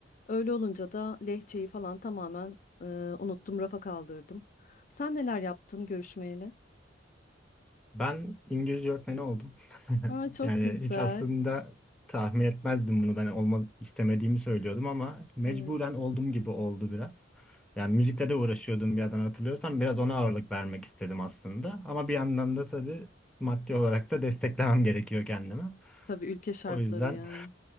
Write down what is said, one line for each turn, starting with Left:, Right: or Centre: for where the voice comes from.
Left: Öyle olunca da lehçeyi falan tamamen e, unuttum, rafa kaldırdım. Sen neler yaptın görüşmeyle?
Centre: Ben İngilizce öğretmeni oldum. <laughs>
Left: Aa, çok
Centre: Yani
Left: güzel.
Centre: hiç aslında tahmin etmezdim bunu. Ben olmak istemediğimi söylüyordum ama mecburen
Left: Evet.
Centre: olduğum gibi oldu biraz. Yani müzikle de uğraşıyordum bir yandan hatırlıyorsan. Biraz ona ağırlık vermek istedim aslında. Ama bir yandan da tabii maddi olarak da desteklemem gerekiyor kendime.
Left: Tabii ülke şartları
Centre: O yüzden
Left: yani.